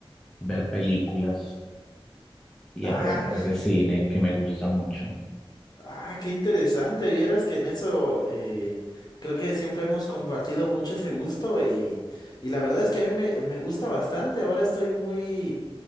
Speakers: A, in the centre; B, on the left.
A: ver películas y
B: Ah,
A: aprender de cine, que me gusta mucho.
B: <laughs> ah, qué interesante. Vieras que en eso eh, creo que siempre hemos compartido mucho ese gusto y, y la verdad es que a mí me, me gusta bastante. Ahora estoy muy